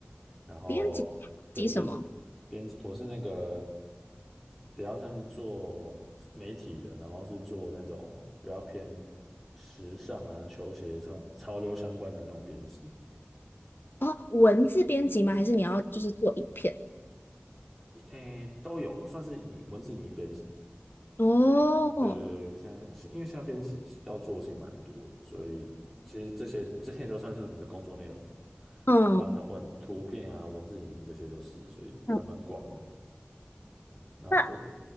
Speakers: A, in the centre; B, on the left.
A: 然后对，
B: 编辑辑什么？
A: 就是编辑，我是那个比较算是做媒体的，然后是做那种比较偏时尚啊、球鞋、潮潮流相关的那种编辑，
B: 哦，文字编辑吗？还是你要就是做影片？
A: 诶，都有，算是影文字影音编辑。
B: 哦，
A: 对对对，现在是因为现在编辑要做的事情蛮多的，所以其实这些这些都算是我们的工作内容
B: 嗯，
A: 啊，文图片啊、文字、影音这些都是，所以还蛮广的。
B: 嗯
A: 然后这
B: 那